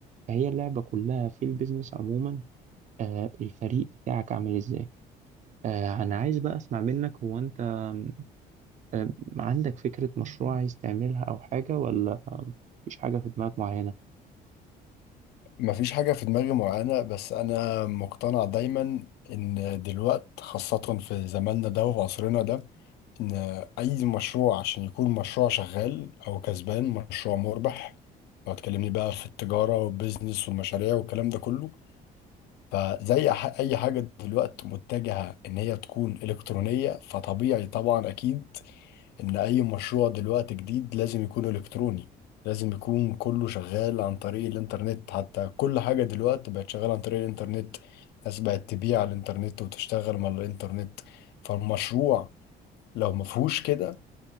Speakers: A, on the right (about 45°); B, on the left (about 75°).
A: فهي اللعبة كلها في البيزنس عموما آه الفريق بتاعك عامل ازاي آه انا عايز بقى اسمع منك هو انت آم، آم، عندك فكرة مشروع عايز تعملها او حاجة ولا آم، مفيش حاجة في دماغك معينة
B: مفيش حاجة في دماغي معينة بس انا مقتنع دايما ان دلوقت خاصة في زماننا ده وفي عصرنا ده ان اي مشروع عشان يكون مشروع شغال او كسبان مشروع مربح لو تكلمني بقى في التجارة والبيزنس والمشاريع والكلام ده كله فزي ح- اي حاجه دلوقتي متجهه ان هي تكون الكترونيه فطبيعي طبعا اكيد ان اي مشروع دلوقتي جديد لازم يكون الكتروني لازم يكون كله شغال عن طريق الانترنت حتى كل حاجه دلوقتي بقت شغاله عن طريق الانترنت الناس بقت تبيع على الانترنت وتشتغل من الانترنت فالمشروع لو مفهوش كده